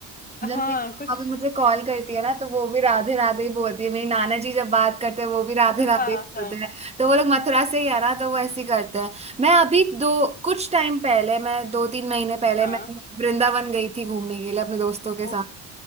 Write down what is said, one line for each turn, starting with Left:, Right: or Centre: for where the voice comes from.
Right: जब
Left: हाँ
Right: भी
Left: कुछ
Right: मम्मा भी मुझे कॉल करती है ना तो वो भी राधे राधे ही बोलती है मेरी नाना जी जब बात करते हैं वो भी राधे
Left: हाँ
Right: राधे ही बोलते
Left: हाँ
Right: हैं तो वो लोग मथुरा से ही है ना तो वो ऐसे ही करते हैं मैं अभी दो कुछ टाइम पहले मैं दो तीन महीने पहले
Left: हाँ
Right: मैं वृंदावन गई थी घूमने के लिए अपने दोस्तों के
Left: ओह!
Right: साथ